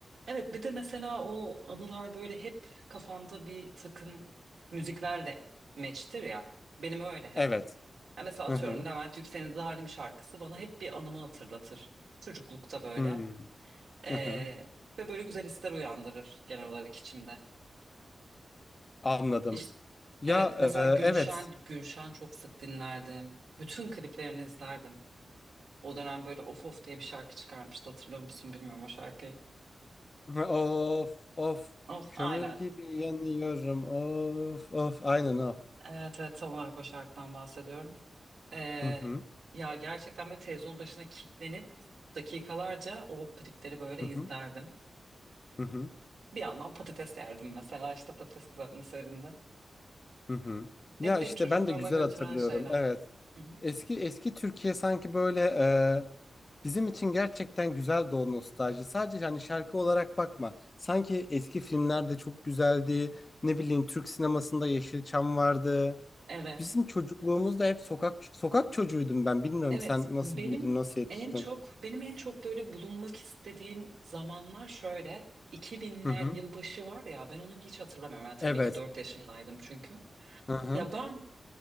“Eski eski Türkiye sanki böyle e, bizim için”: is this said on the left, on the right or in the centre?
Left